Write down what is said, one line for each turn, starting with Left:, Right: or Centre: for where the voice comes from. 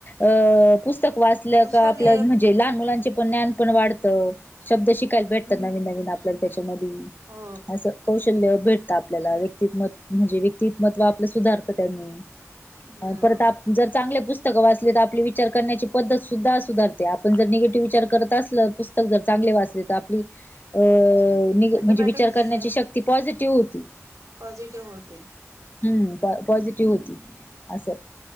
Left: अ, पुस्तक वाचलं
Right: पुस्तक
Left: का, आपलं
Right: हे
Left: म्हणजे लहान मुलांचे पण ज्ञान पण वाढतं, शब्द शिकायला
Right: हम्म
Left: भेटतात आणि नवीन आपल्याला त्याच्यामधी
Right: हो
Left: असं कौशल्य भेटत आपल्याला, व्यक्तितमत म्हणजे व्यक्तिमत्व आपलं सुधारतं त्यांनी.
Right: ह
Left: परत आप जर चांगले पुस्तक वाचले तर, आपले विचार करण्याची पद्धत सुद्धा सुधारते. आपण जर निगेटिव्ह विचार करत असलं पुस तक जर चांगले वाचले तर आपली, अ नि
Right: ऑटोमॅटिक
Left: म्हणजे विचार
Right: जे
Left: करण्याची श क्ती पॉझिटिव्ह होती.
Right: पॉझिटिव्ह होते.
Left: हम् पॉझिटिव्ह होती असं,